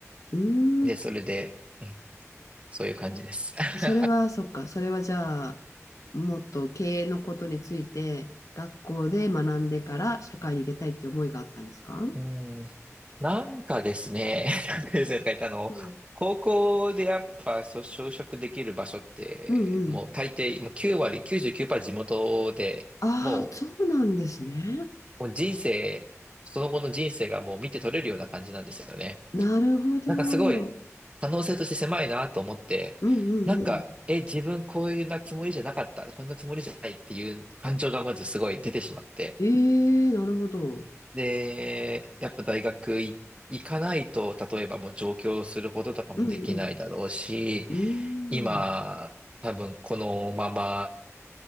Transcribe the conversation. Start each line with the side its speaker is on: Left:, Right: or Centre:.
Left: う
Right: で、
Left: ん。
Right: それで、うんそういう感じです。<laughs>
Left: それは、そっか。それはじゃあ、もっと経営のことについて、学校で学んでから社会に出たいって思いがあったんですか
Right: うん、なんかですね、<laughs> なんかですね、とか言ってあの、
Left: うん。
Right: 高校でやっぱ、そう、就職できる場所って、
Left: うんうん。
Right: もう大抵、もう9割、99%地元で、
Left: ああ、
Right: もう
Left: そうなんですね。
Right: もう人生、その後の人生がもう見て取れるような感じなんですよね。
Left: なるほど。
Right: なんかすごい
Left: うん
Right: 可能性として狭いなと思って、
Left: うんうん。
Right: なんか、え、自分こういうなつもりじゃなかった、こんなつもりじゃないっていう感情がまずすごい出てしまって。
Left: ええ、なるほど。
Right: で、やっぱ大学い行かないと、例えばもう上京することとかもできないだろうし、
Left: うんうん。
Right: 今、
Left: うーん。
Right: 多分このまま